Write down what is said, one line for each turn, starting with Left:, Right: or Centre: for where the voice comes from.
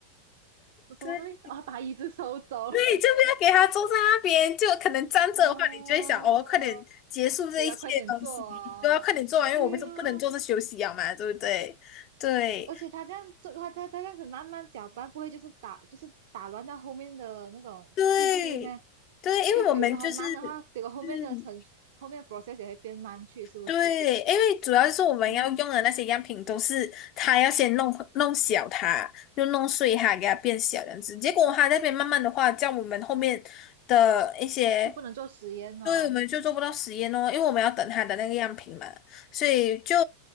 Right: 什么东西？
Left: 对
Right: 哦，把椅子收走。
Left: 对，就不要给他坐在那边，就可能站着的话，
Right: <laughs> 哦，
Left: 你就会想，哦，快点结束这一切东西，
Right: 比较快点做哦。
Left: 都要快点做完，因为我们是不能坐着休息啊嘛，
Right: 对啊，
Left: 对不对？对。
Right: 而且他这样做，他他他这样子慢慢搅拌，不会就是打就是打乱到后面的那种次序咩？
Left: 对对，因为我们就是，
Right: 就比如说还慢的话，结果后面的程序后面的
Left: 嗯，
Right: process 也会变慢去，是不是？
Left: 对，因为主要是我们要用的那些样品都是他要先弄弄小它，
Right: 嗯。
Left: 就弄碎它，给它变小这样子。结果他那边慢慢的话，叫我们后面的一些，
Right: 就不能做实验哦。
Left: 对，我们就做不到实验哦，因为我们要等他的那个样品嘛，所以就